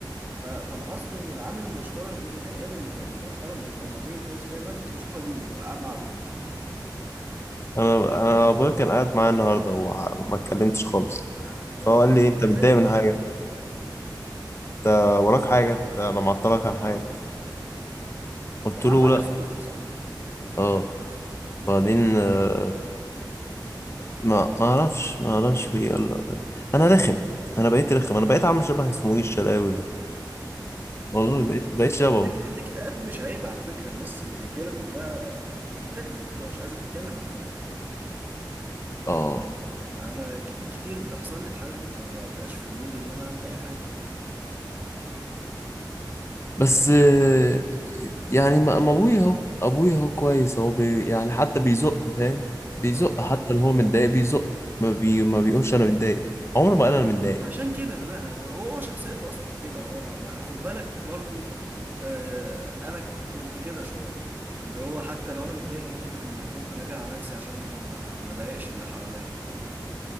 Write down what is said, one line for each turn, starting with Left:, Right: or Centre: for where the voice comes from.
Right: ف... فلاحظت ان العامل المشترك بين الايام اللي كان مؤخرا بيبقى مزاجي كويس فيها ان انا كنت بشوف ابوك وابقى قاعد مع ابوك
Left: انا انا ابويا كان قاعد معايا النهارده وما اتكلمتش خالص
Right: اه
Left: فهو قال لي إيه، انت
Right: انت زهقت
Left: متضايق
Right: منه
Left: من حاجه
Right: بقى.
Left: انت وراك حاجه انت انا معطلك عن حاجه
Right: اه
Left: قلت
Right: كان
Left: له
Right: قاعد معاك
Left: لا
Right: الصبح صح
Left: اه بعدين آه، ما ما اعرفش ما اعرفش في إيه. قال لأ. انا رخم انا بقيت رخم انا بقيت عامل شبه اسمه ايه الشلاوي ده والله بقيت بقيت شبهه
Right: الاك- الاكتئاب مش عيب على فكرة الناس الرجالة كلها بتكتئب وبتبقى مش عايزة تتكلم مع حد
Left: اه
Right: انا كت- كتير بتحصل لي الحالة دي ما ببقاش في المود ان انا اعمل اي حاجة
Left: بس آه، يعني ما ما ابويا اهو ابويا اهو كويس هو بي يعني حتى بيزق فاهم بيزق
Right: اه
Left: حتى لو هو متضايق بيزق ما بي ما بيقولش انا متضايق عمره ما قال انا متضايق
Right: عشان كبر بقى هو هو شخصيته اصلا كده هو ما ما- خد بالك برضو آه، انا ك- كنت كده شوية اللي هو حتى لو انا متضايق ممكن ممكن اجي على نفسي عشان ما ما ما اضايقش اللي حواليا